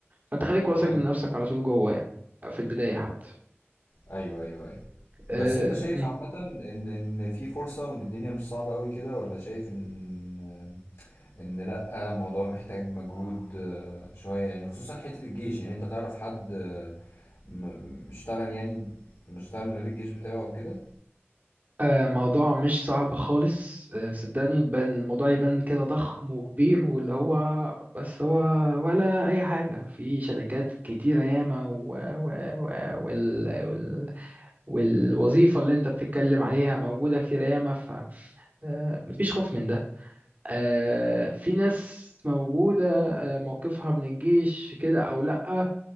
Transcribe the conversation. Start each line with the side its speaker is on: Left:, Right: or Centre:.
Right: فانت خليك واثق
Left: فاهم
Right: من
Left: قصدك
Right: نفسك على طول جوه يعني في البداية حتى
Left: ايوه ايوه ايوه
Right: أه...
Left: بس انت شايف عامة ان ان في فرصة وان الدنيا مش صعبة قوي كده ولا شايف ان ان لا الموضوع محتاج مجهود آه، شوية يعني خصوصا حتة الجيش يعني انت تعرف حد آه، م- م- اشتغل يعني مش اشتغل من غير الجيش بتاعه او كده
Right: آه، موضوع مش صعب خالص آه، صدقني بل- الموضوع يبان كده ضخم وكبير واللي هو بس هو ولا أي حاجة في شركات كتيرة ياما و... و... و... وال... وال... والوظيفة اللي أنت بتتكلم عليها موجودة كتير ياما فمفيش خوف من ده آه، في ناس موجودة آه، موقفها من الجيش كده أو لأ